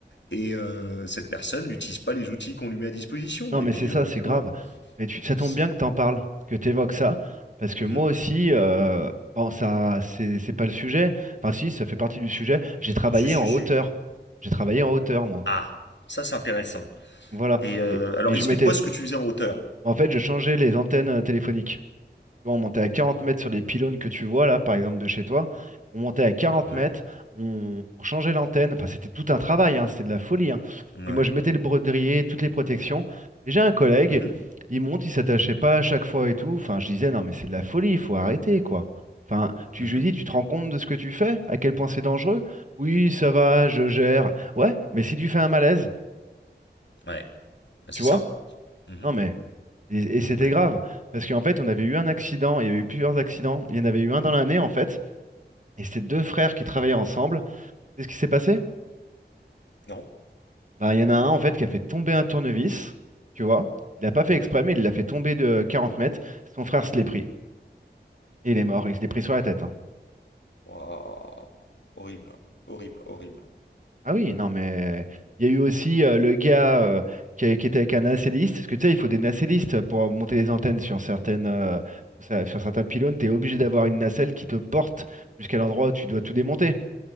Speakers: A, on the left (about 80°); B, on the right (about 45°).
A: Et euh, cette personne n'utilise pas les outils qu'on lui met à disposition.
B: Non,
A: Et
B: mais
A: puis,
B: c'est ça,
A: euh,
B: c'est
A: tu
B: grave.
A: vois.
B: Mais tu- ça tombe
A: C'est-
B: bien que t'en parles, que t'évoques ça, parce que
A: Mhm.
B: moi aussi, euh, bon, ça, c'est c'est pas le sujet. Enfin, si, ça fait partie du sujet. J'ai travaillé
A: Si, si,
B: en
A: si.
B: hauteur. J'ai travaillé en hauteur, moi.
A: Ah, ça c'est intéressant.
B: Voilà.
A: Et euh,
B: Et,
A: alors
B: et
A: explique-moi
B: je m'étais.
A: ce que tu faisais en hauteur.
B: En fait, je changeais les antennes euh, téléphoniques. Tu vois, on montait à 40 mètres sur les pylônes que tu vois là, par exemple de chez toi. On montait à 40
A: Ouais.
B: mètres, on, on changeait l'antenne. Enfin, c'était tout un travail, hein, c'est de la folie. hein.
A: Ouais.
B: Et moi, je mettais le brodrier, toutes les protections. Et j'ai un collègue,
A: Mhm.
B: il monte, il s'attachait pas à chaque fois et tout. Enfin, je disais, non, mais c'est de la folie, il faut arrêter, quoi. Enfin, tu,
A: Mhm.
B: je lui dis, tu te rends compte de ce que tu fais? À quel point c'est dangereux? Oui, ça va, je gère. Ouais, mais si tu fais un malaise,
A: Ouais. Bah, c'est
B: tu
A: ça.
B: vois?
A: Mhm.
B: Non, mais. Et, et c'était
A: Ouais.
B: grave, parce qu'en fait, on avait eu un accident, il y avait eu plusieurs accidents, il y en avait eu un dans l'année, en fait, et c'était deux frères qui travaillaient ensemble. C'est ce qui s'est passé?
A: Non.
B: Bah, il y en a un, en fait, qui a fait tomber un tournevis, tu vois. Il n'a pas fait
A: Mhm.
B: exprès, mais il l'a fait tomber de 40 mètres. Son frère se l'est pris, et il est mort, il se l'est pris sur la tête. hein.
A: Waouh. Horrible. Horrible, horrible.
B: Ah oui, non, mais il y a eu aussi euh, le gars euh, qui, a- qui était avec un nacelliste, parce que tu sais, il faut des nacellistes pour monter les antennes sur certaines, euh, sur, sa- sur certains pylônes, tu es obligé d'avoir une nacelle qui te porte jusqu'à l'endroit où tu dois tout démonter.